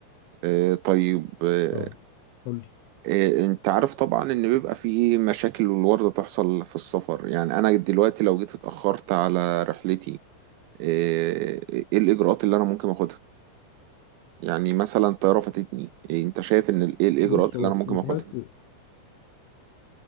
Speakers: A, on the right; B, on the left.
A: آه، طيب آه،
B: اه قول لي
A: آه، أنت عارف طبعا إن بيبقى في إيه مشاكل والوردة تحصل في السفر يعني أنا دلوقتي لو جيت اتأخرت على رحلتي آه، إيه الإجراءات اللي أنا ممكن أخدها يعني مثلا طيارة فاتتني إيه انت شايف ان ال- ايه الاجراءات
B: بص
A: اللي
B: هو
A: انا
B: في
A: ممكن اخدها
B: حاله